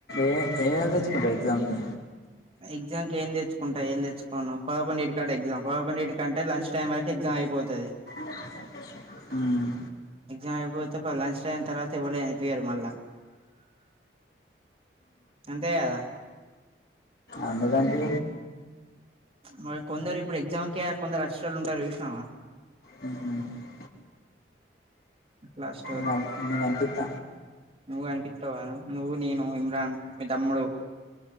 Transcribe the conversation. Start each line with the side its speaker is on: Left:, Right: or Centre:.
Left: ఏ ఏం తెచ్చుకుంటవ్ ఎగ్జామ్ కి
Right: ఎగ్జాంకి ఏమ్ తెచ్చుకుంటా ఏం తెచ్చుకొను పదకొండటి కంట పదకొంటి కంట అంట లంచ్ టైం వరక్ ఎగ్జామ్ అయిపోతది
Left: నా ఉ
Right: ఎగ్జామ్ అయిపోతే ప లంచ్ టైమ్ తర్వాత పోలే అనిపోయారు మళ్ళ అంతే కదా
Left: అందుకంటే
Right: మరి కొందరు ఇప్పుడు ఎగ్జామ్కే కొందరు అచ్చే టోళ్ళు ఉంటరు చూసినవా
Left: నేను
Right: హు ట్లాస్ట్
Left: నేం నేంవంపిత్త
Right: నువ్వు కనిపిత్తవ్ గానీ నువ్వు నేను ఇమ్రాన్ మీ తమ్ముడు